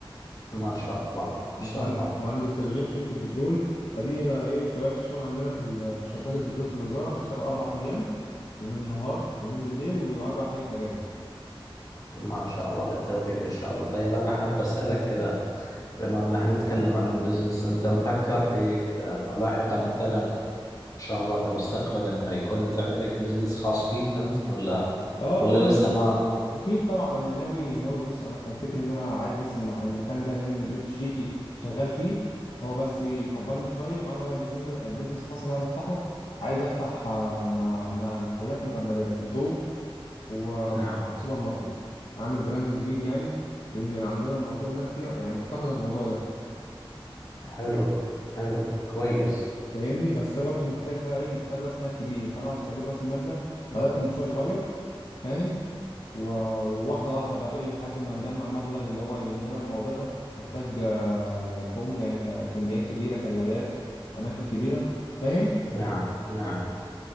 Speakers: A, on the left (about 40°); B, on the left (about 70°).
A: ما شاء الله ما
B: مساعد-
A: شاء الله
B: مهندس تشغيل في شركة بترول فدي أنا إيه طبيعة الشغل عندنا في ال- في شركات البترول في الوزارة بشتغل أربع أيام يومين نهار ويومين بالليل وأربع أيام أجازة
A: ما شاء الله بالتوفيق إن شاء الله طيب أنا حاب أسألك كذا بما أن احنا نتكلم عن البزنس أنت مفكر في أنه لاحقا مثلا إن شاء الله في المستقبل أنه يكون أنت عندك بزنس خاص فيك أنت ولا
B: أه أه
A: ولا
B: تمام
A: لسه
B: أنا
A: ما
B: أكيد طبعا أنا ناوي ناوي بص أنا كان فكري إن أنا عايز بس المع- المكان ده لأنه لقيت شريكي شغال فيه هو بس إيه يكبرني شوية وأنا بقى البيزنس البيزنس الخاص اللي عايز أفتحه عايز أفتح آه، مع مع محلات مجمدات لحوم ومع
A: نعم
B: مع سوبر ماركت عامل براندنج كبير يعني لان عندنا المنطقه اللي انا فيها يعني مفتقد الموضوع ده
A: حلو حلو كويس
B: إيه، فاهمني بس ده برضو محتاج بقى ايه محتاج راس مال كبير فانا عشان اجيب راس المال ده بدات بمشروع صغير فاهم و- وواحده واحده بقى ايه لحد ما نجمع مبلغ اللي هو لاننا الموضوع ده محتاج آه، لحوم يعني ك- كميات كبيره ثلاجات اماكن كبيره فاهم
A: نعم نعم